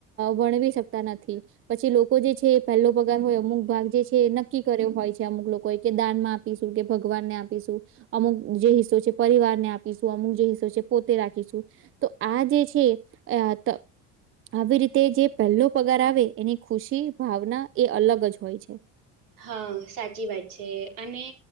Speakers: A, on the right; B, on the right.
A: વર્ણવી શકતા નથી. પછી લોકો જે છે એ પહેલો પગાર હોય અમુક ભાગ જે છે નક્કી કર્યો હોય છે અમુક લોકોએ કે દાનમાં આપીશું કે ભગવાનને આપીશું અમુક જે હિસ્સો છે પરિવારને આપીશું અમુક જે હિસ્સો છે પોતે રાખીશું તો આ જે છે <unintelligible> આવી રીતે જે પહેલો પગાર આવે એની ખુશી, ભાવના એ અલગ જ હોય છે.
B: હા, સાચી વાત છે અને